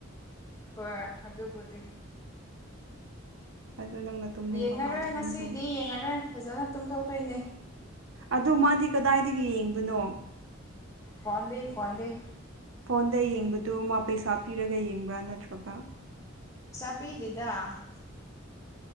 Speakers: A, on the left; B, on the right.
A: ꯍꯣꯏ ꯑꯗꯨꯕꯨꯗꯤ
B: ꯑꯗꯨ ꯅꯪꯅ ꯇꯨꯝꯅꯤꯡꯕ
A: ꯌꯦꯡꯉꯔꯣꯏ
B: ꯀꯥꯟꯗ ꯑꯗꯨꯝ
A: ꯉꯁꯤꯗꯤ
B: ꯇꯨꯝ
A: ꯌꯦꯡꯉꯔꯣꯏ ꯐꯖꯅ ꯇꯨꯝꯊꯣꯛꯇꯣꯏꯅꯦ
B: ꯑꯗꯨ ꯃꯥꯗꯤ ꯀꯗꯥꯏꯗꯒꯤ ꯌꯦꯡꯕꯅꯣ
A: ꯐꯣꯟꯗꯩ ꯐꯣꯟꯗꯩ
B: ꯐꯣꯟꯗ ꯌꯦꯡꯕ ꯇ ꯃꯥꯄ ꯁꯥꯞ ꯄꯤꯔꯒ ꯌꯦꯡꯕ꯭ꯔꯥ ꯅꯠꯇ꯭ꯔꯒ
A: ꯁꯥ ꯄꯤꯗꯗ